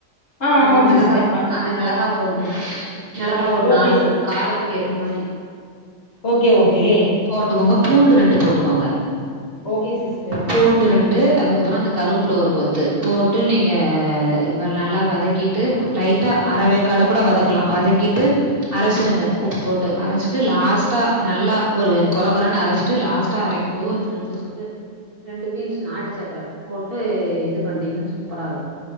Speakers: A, on the left; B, on the right.
A: ஆ
B: அந்த
A: ஆமாங்க
B: மெளகா
A: சிஸ்டர் காஞ்
B: அந்த மெளகா போடுங்க மெளகா ஒரு
A: ஓகே
B: நாலு ஒரு காரத்துக்கு ஏத்த மாரி
A: ஓகே ஓகே
B: போட்டுக்கோங்க பூண்டு ரெண்டு போட்டுக்கோங்க
A: ஓகே சிஸ்டர்
B: பூண்டு ரெண்டு அதுக்கப்பறோ அந்த கருவப்புல ஒரு கொத்து போட்டு நீங் அ நல்லா வதக்கிட்டு லைட்டா அரவேக்காட கூட வதக்கலா வதக்கிட்டு அரச்சுருங்க உப்பு போட்டு அரச்சிட்டு லாஸ்ட்டா நல்லா ஒரு கொற கொறன்னு அரச்சிட்டு லாஸ்ட் டா அரைக்கும்போ இன்னு ரெண்டு சொட்டு ரெண்டு பீன்ச் நாட்டு சக்கர போட்டு இது பண்ணிடீங்ன்னா சூப்பரா இருக்கு